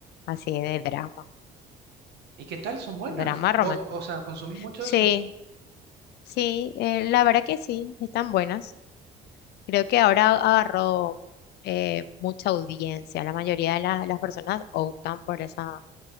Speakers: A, on the left; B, on the right.
A: así de drama,
B: ¿Y qué tal? ¿Son buenas?
A: drama romántico.
B: ¿Vos, o sea, consumís mucho
A: Sí,
B: eso?
A: sí, eh, la verdad que sí, están buenas. Creo que ahora agarró eh, mucha audiencia. La mayoría de la- las personas optan por esa,